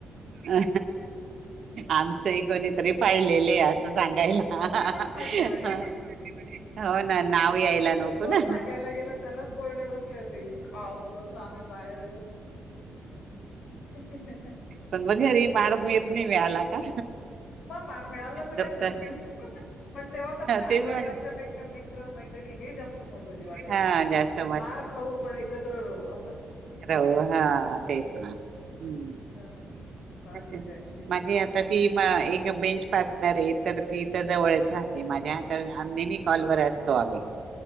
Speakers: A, on the right; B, on the left.
A: अ आमचं एक कोणीतरी पाळलेले असं सांगायला
B: आमचे पण फाडले म्हणे
A: हो ना नाव यायला नको
B: जो
A: ना
B: सांगायला गेला त्यालाच बोलणे बसले होते इतका हसलो होतो आम्ही बाहेर तेठी
A: पण मग घरी मार मिर नाही मिळाला का
B: मग मार मिळाला तर
A: दप्तर
B: काय झालं पण तेव्हा कस आई
A: तेच
B: वडिलांच्या
A: म्हण
B: पेक्षा मित्र मैत्रिणी हे जास्त महत्त्वाचे वाटायचे
A: हा जास्त
B: मार खाऊ पण एकत्र राहू असं
A: रह हा तेच ना हम्
B: हा ना फार
A: अस
B: मजा यायची तेव्हा
A: माझी आता ती एक बेंच पार्टनर आहे तर तिथ जवळच राहते माझ्या हात नेहमी कॉलवरर असतो आम्ही